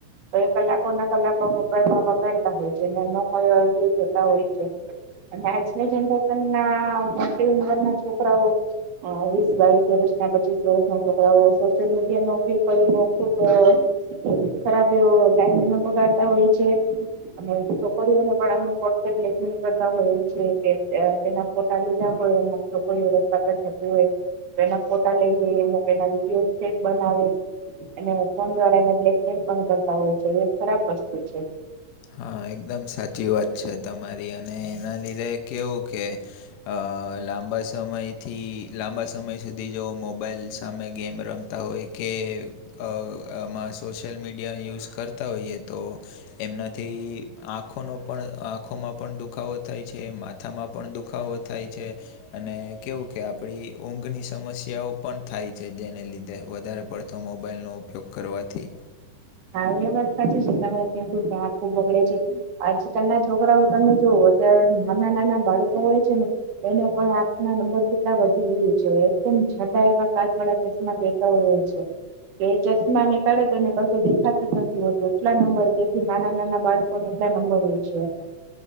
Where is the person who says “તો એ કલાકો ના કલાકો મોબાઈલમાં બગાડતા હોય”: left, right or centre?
Right